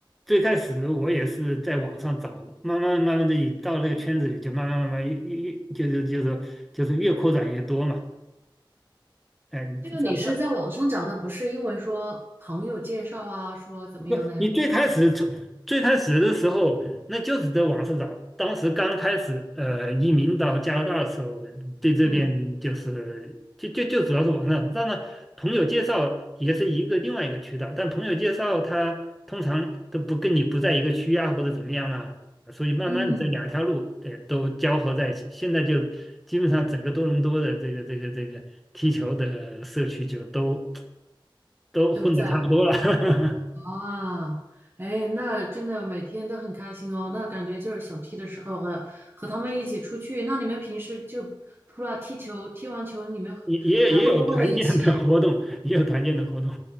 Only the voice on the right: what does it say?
这个你是在网上找的，不是因为说朋友介绍啊，说怎么样的呀？
嗯
嗯，
都在
啊。哎，那真的每天都很开心哦。那感觉就是想踢的时候和和他们一起出去。那你们平时就除了踢球，踢完球你们
还会不会一起